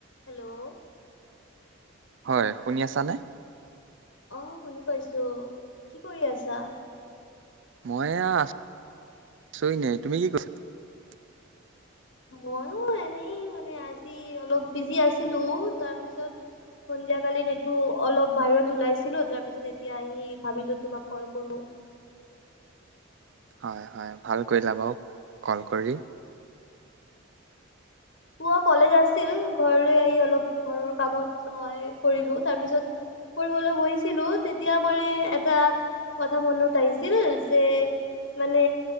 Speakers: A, on the left; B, on the right.
A: Hello
B: হয় শুনি আছানে
A: আহ শুনি পাইছো কি কৰি আছা
B: মই আছো আছৰি ন তুমি কি কৈছা
A: মইয়ো এনেই মানে আজি অলপ বিজি আছিলো তাৰপিছত সন্ধিয়া কালিন এইটো অলপ বাহিৰত ওলাইছিলো তাৰ পিছত এতিয়া আহি ভাবিলো তোমাক কল কৰো <inaudible>
B: হয় হয় ভাল কৰি লাব কল কৰি
A: পোৱা কলেজ আছিল। ঘৰলৈ আহি অলপ ঘৰৰ কামত হয় কৰিলো তাৰপিছত কৰিবলৈ বহিছিলো তেতিয়া মানে এটা কথা মনত আহিছিল যে মানে